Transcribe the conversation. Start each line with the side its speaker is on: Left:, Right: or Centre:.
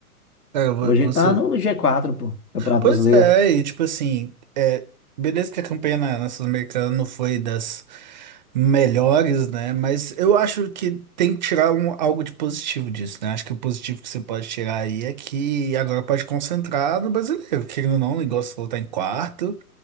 Right: Cara, vo-
Left: Hoje
Right: você.
Left: ele tá no g quatro pô, Campeonato
Right: Pois
Left: Brasileiro.
Right: é, e tipo assim, é, beleza que a campanha na, na Sul-Americana não foi das melhores, né? Mas eu acho que tem que tirar um, algo de positivo disso, né? Acho que o positivo que você pode tirar aí é que agora pode concentrar no brasileiro, querendo ou não, o negócio voltar em quarto